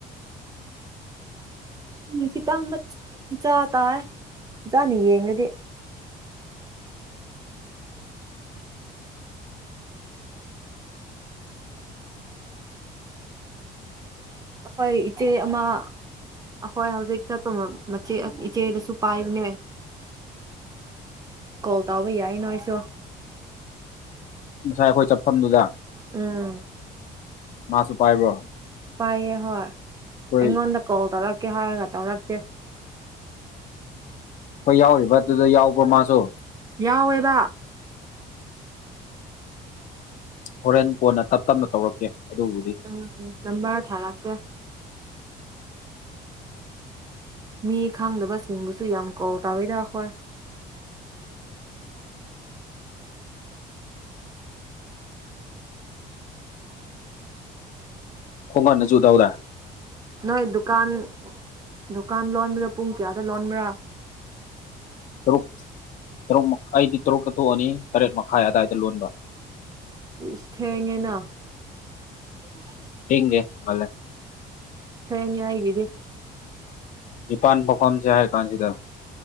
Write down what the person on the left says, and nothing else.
ꯉꯁꯥꯏ ꯑꯈꯣꯏ ꯆꯠꯐꯝꯗꯨꯗ
ꯃꯥꯁꯨ ꯄꯥꯏꯕ꯭ꯔꯣ
ꯑꯩꯈꯣꯏ
ꯈꯣꯏ ꯌꯥꯎꯔꯤꯕꯗꯨꯗ ꯌꯥꯎꯕ꯭ꯔꯣ ꯃꯥꯁꯨ
ꯍꯣꯔꯦꯟ ꯀꯣꯟꯅꯥ ꯇꯞ ꯇꯞꯅꯥ ꯇꯧꯔꯛꯀꯦ ꯑꯗꯨꯕꯨꯗꯤ
ꯈꯣꯡꯒꯅꯖꯨ ꯗꯧꯗ
ꯇꯔꯨꯛ ꯇꯔꯨꯛꯃꯈꯥꯏꯗꯤ ꯇꯔꯨꯛꯇ ꯇꯣꯛꯑꯅꯤ ꯇꯔꯦꯠ ꯃꯈꯥꯏ ꯑꯋꯥꯏꯗ ꯂꯣꯟꯕ
ꯊꯦꯡꯗꯦ ꯉꯟꯂꯦ
ꯅꯤꯄꯥꯟꯐꯥꯎ ꯐꯝꯁꯦ ꯍꯥꯏꯔꯀꯥꯟꯁꯤꯗ